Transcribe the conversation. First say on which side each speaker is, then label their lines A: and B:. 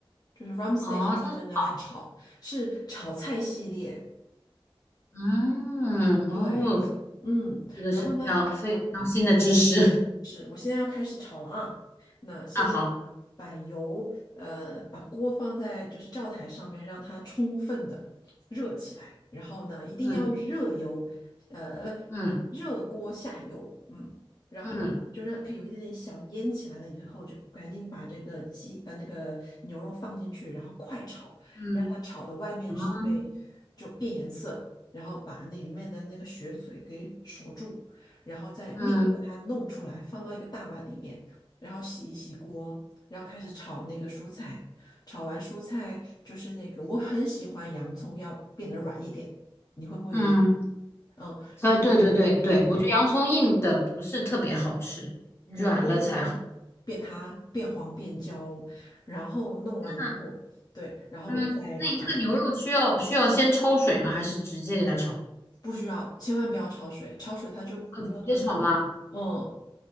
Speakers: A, on the left (about 45°); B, on the left (about 25°).
A: 就是 r a m s
B: 哦，
A: t e i 是专门拿来炒，
B: 它
A: 是炒菜系列。
B: 嗯哦，
A: 对，嗯，然后呢，
B: 非常非常新的知识 <laughs>
A: 是，我现在要开始炒了啊。那先
B: 啊！好，
A: 把油，呃，把锅放在就是灶台上面，让它充分的热起来。然后呢，一定要热油，
B: 嗯
A: 呃，不，
B: 嗯
A: 热锅下油，嗯。然后呢，
B: 嗯
A: 就让可以有一点点小烟起来了以后，就赶紧把这个鸡，呃，那个牛肉放进去，然后快炒，
B: 嗯
A: 让它炒的外面是被就变颜色，
B: 嗯
A: 然后把那里面的那个血水给锁住。然后再立刻把它弄出来，
B: 嗯
A: 放到一个大碗里面，然后洗一洗锅，然后开始炒那个蔬菜。炒完蔬菜就是那个，我很喜欢洋葱要变得软一点，你会不会也？
B: 嗯，
A: 嗯，
B: 呃，
A: 然后
B: 对对对对，我觉得洋葱硬的不是特别好吃，软了才好。
A: 对，我就一定要变它变黄变焦，然后弄完以后，
B: 那
A: 对，然后我再把
B: 嗯，那你这个牛肉需要需要先焯水吗？还是直接给它炒？
A: 不需要，千万不要焯水，焯水它就没有那么嫩了。
B: 啊，直接炒吗？
A: 嗯，